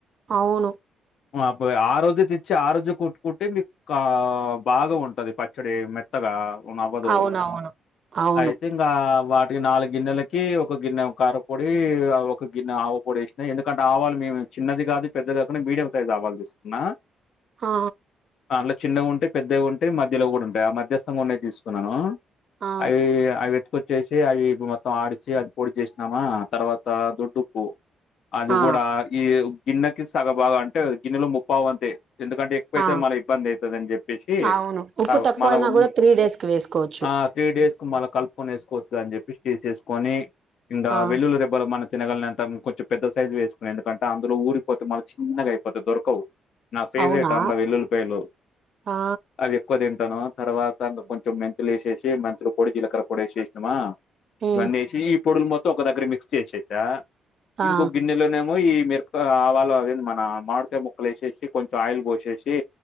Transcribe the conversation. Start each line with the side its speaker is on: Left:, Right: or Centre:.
Right: అవును
Left: అబ్బ ఆ రోజే తెచ్చి ఆ రోజే కొట్టుకుంటే మీకు బాగా ఉంటుంది పచ్చడి మెత్తగా నవ్వదు
Right: అవునవును అవును
Left: ఐథింక్ ఆ వాటి ఇ నాలుగు గిన్నెలకి ఒక గిన్నె కారపొడి ఒక గిన్నె ఆవుపొడి వేసినాయి ఎందుకంటే ఆవాలు మేము చిన్నది కాదు పెద్దది కాకుండా మీడియం సైజ్ ఆవాలు తీసుకున్నా
Right: ఆ
Left: దానిలో చిన్నవి ఉంటయి పెద్దవి ఉంటే మధ్యలో కూడా ఉంటాయి ఆ మధ్యస్థంగా ఉన్నయి తీసుకున్నాను
Right: ఆ
Left: అవి అవి ఎత్తు కొచ్చిసి అవి మొత్తం ఆడిచి అది పొడి చేసినామా తర్వాత దొడ్డుప్పు అది
Right: ఆ
Left: కూడా ఈ గిన్నెకి సగ బాగం అంటే గిన్నెలో ముప్పావు వంతే ఎందుకంటే ఎక్కువైతే
Right: ఆ
Left: మళ్ళ ఇబ్బంది అవుతందని చెప్పేసి
Right: అవును ఉప్పు తక్కువైనా
Left: మ
Right: కూడా త్రీ డేస్ కి వేసుకోవచ్చు
Left: ఆ త్రీ డేస్ కు మళ్ళ కలుపుకొని వేసుకోవస్తుంది అని చెప్పి చేసేసుకొని ఇంక
Right: ఆ
Left: వెళుళ్ళి రెబల మన తినగల అంత కొంచెం పెద్ద సైజు వేసుకు ఎందుకంటే అందులో ఊరిపోతే మళ్ళ చిన్నగా అయిపోతంది దొరకవు నా ఫేవరెట్
Right: అవునా
Left: అండ వెల్లులిపాయలు
Right: ఆ
Left: అవి ఎక్కువ తింటాను తర్వాతంకా
Right: ఆ
Left: కొంచెం మైంతు లేసేసి మంచల పొడి జీలక్రర్ర పొడి వేసినమా
Right: ఉమ్
Left: ఇవన్నీసి ఈ పొడులు మొత్తం ఒక దగ్గర మిక్స్ చేసేసా
Right: ఆ
Left: ఇంకో గిన్నెలోనేమో ఈ మీరు ఆవాలో అవ మన మామిడికాయ ముక్కలు వేసేసి కొంచెం ఆయిల్ పోసేసి